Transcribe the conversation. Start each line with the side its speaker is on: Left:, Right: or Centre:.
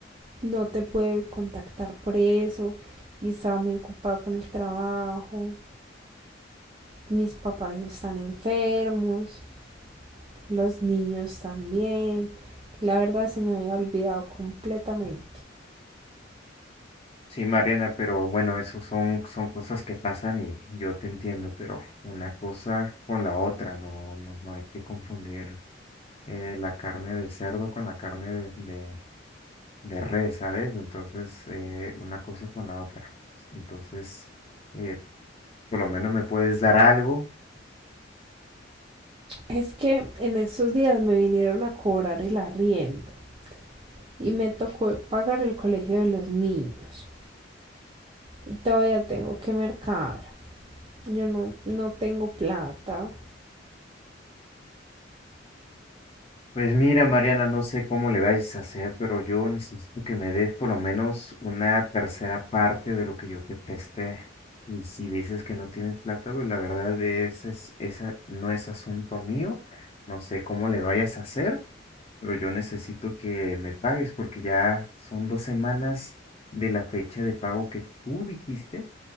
Right: no te pude contactar por eso y estaba muy ocupada con el trabajo. Mis papás están enfermos, los niños también. La verdad se me había olvidado completamente.
Left: Sí, Mariana, pero bueno, eso son, son cosas que pasan y yo te entiendo, pero una cosa con la otra, no, no, no hay que confundir eh, la carne de cerdo con la carne de, de, de res, ¿sabes? Entonces, eh, una cosa con la otra. Entonces, eh, por lo menos me puedes dar algo
Right: Es que en esos días me vinieron a cobrar el arriendo y me tocó pagar el colegio de los niños. Y todavía tengo que mercar. Yo no, no tengo plata.
Left: Pues mira, Mariana, no sé cómo le vais a hacer, pero yo necesito que me des por lo menos una tercera parte de lo que yo te presté. Y si dices que no tienes plata, pues la verdad es, es, esa no es asunto mío. No sé cómo le vayas a hacer, pero yo necesito que me pagues porque ya son dos semanas de la fecha de pago que tú dijiste